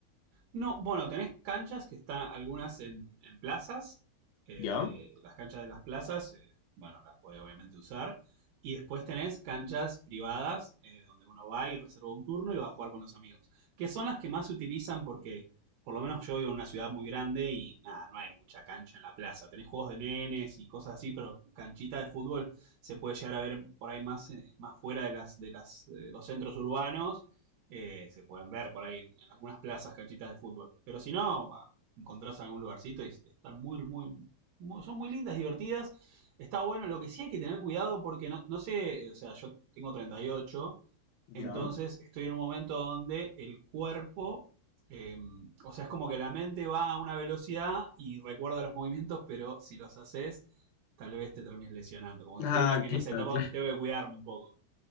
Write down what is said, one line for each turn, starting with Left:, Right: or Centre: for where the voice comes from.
Right: No, bueno, tenés canchas que están algunas en, en plazas. eh,
Left: ¿Ya?
Right: las canchas de las plazas, eh, bueno, las podés obviamente usar. Y después tenés canchas privadas, eh, donde uno va y reserva un turno y va a jugar con los amigos. Que son las que más se utilizan porque, por lo menos yo vivo en una ciudad muy grande y nada, no hay mucha cancha en la plaza. Tenés juegos de nenes y cosas así, pero canchita de fútbol se puede llegar a ver por ahí más, eh, más fuera de las, de las, eh, los centros urbanos eh, se pueden ver por ahí en, en algunas plazas canchitas de fútbol. Pero si no, va, encontrás algún lugarcito y este, están muy, muy, muy- son muy lindas, divertidas. Está bueno, lo que sí hay que tener cuidado porque no, no sé, o sea, yo tengo treinta y ocho
Left: ¿Ya?
Right: entonces estoy en un momento donde el cuerpo, eh, o sea, es como que la mente va a una velocidad y recuerda los movimientos, pero si los haces, tal vez te termines lesionando. Como que
Left: Ah,
Right: estoy en, en
Left: claro,
Right: esa etapa
Left: claro.
Right: donde tengo que cuidarme un poco.